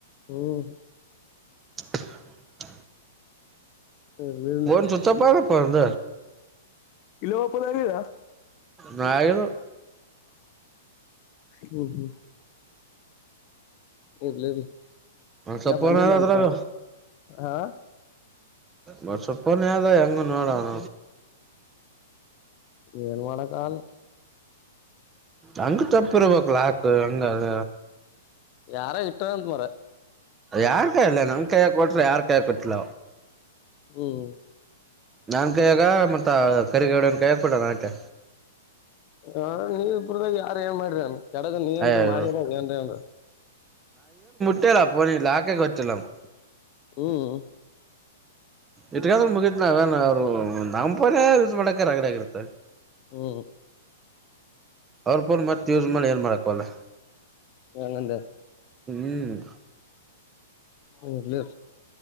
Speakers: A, on the left (about 35°); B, on the right (about 15°).
A: ಹ್ಮ್
B: <inaudible>
A: ಇರ್ಲಿ ಇರ್ಲಿ
B: ಫೋನ್ ಚುಚ್ಚಪ್ಪಾದತ್ <unintelligible> ಪಂದ
A: ಇಲ್ಲಿ ಓಪನ್ನಾಗಿಲ್ಲ.
B: ನಾಯರು
A: ಹ್ಮ್ ಹ್ಮ್ ಇರ್ಲಿ ಇರ್ಲಿ
B: ಒಂದ್
A: ಇನ್ನ
B: ಸ್ವಲ್ಪನ
A: ಬಂದಿಲ್ಲೇನ್ಪ
B: ಅದ ಅದ್ರಾಗ
A: ಹಾ
B: ಬರ್ಷ <unintelligible> ಹೆಂಗ ನೋಡೋಣ
A: ಏನ್ ಮಾಡಕಾಗಲ್ಲ.
B: ಹಂಗ ತಪ್ಪಿರ್ಬೇಕ ಆಕ ಹಂಗ ಅದ
A: ಯಾರ ಇಟ್ಟರಂತ್ ಬೊರ.
B: ಯಾರ್ ಕಾಯಲ್ಲ ನಮ್ ಕೈಯ ಕೊಟ್ರೆ ಯಾರ್ ಕಾಯ ಕೊಟ್ಟಲ
A: ಹ್ಮ್
B: ನಾನ್ ಕಾಯಾಗ ಮತ್ತ ಕರಿಗೌಡನ್ ಕಾಯಗ ಕೊಡ ನಟೆ
A: ಹ ನೀವಬ್ರದಾಗ ಯಾರ ಏನ್ ಮಾಡ್ರಾನ ಎಡಗ ನೀ ಎಂತೂ
B: ಅಯ್ಯ
A: ಮಾಡಿರ ಏನ್ ಏನ್ರ
B: ನಿನ್ನ ಫೋನ್ ಲಾಕ್ ಗೊತ್ತಿಲ್ಲಪ್ಪ
A: ಹ್ಮ್
B: ಇಟ್ಕಂದ ಮುಗತ್ ನಾವನ್ ಅವ್ರು ನಾಪರ ಯಸ್ ಮಾಡಕ ರಗಡ ಆಗರ್ತ
A: ಹ್ಮ
B: ಅವ್ರ್ ಫೋನ್ ಮತ್ತ ಉಜ್ ಮಾಡಾನ ಏನ್ ಮಾಡಕಲ್ಲ
A: ಅಗಂದೆ
B: ಹ್ಮ್
A: ಇರ್ಲಿ